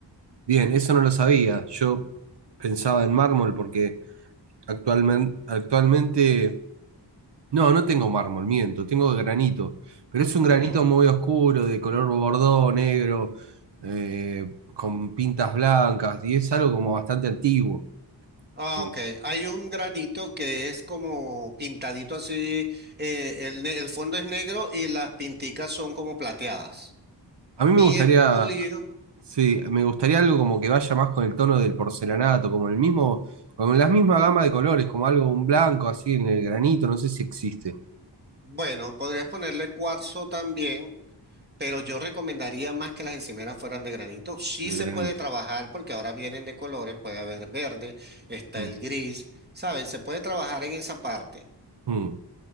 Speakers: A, on the right (about 70°); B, on the right (about 25°).
A: bien, eso no lo sabía. Yo pensaba en mármol porque actualmente, actualmente, no, no tengo mármol, miento, tengo granito, pero es un granito
B: Ujú.
A: muy oscuro, de color bordó, negro, eh, con pintas blancas, y es algo como bastante antiguo.
B: Ah,
A: eh,
B: ok. Hay un granito que es como pintadito así, eh, el, ne- el fondo es negro y las pinticas son como plateadas.
A: A mí
B: Bien
A: me gustaría,
B: pulido.
A: sí, me gustaría algo como que vaya más con el tono del porcelanato, como el mismo, con la misma gama de colores, como algo, un blanco así en el granito, no sé si existe
B: Bueno, podrías ponerle cuarzo también. Pero yo recomendaría más que las encimeras fueran de granito. Sí
A: el
B: se
A: granito.
B: puede trabajar porque ahora vienen de colores, puede haber verde, está
A: Mm,
B: el gris, ¿saben? Se puede trabajar en esa parte.
A: mm.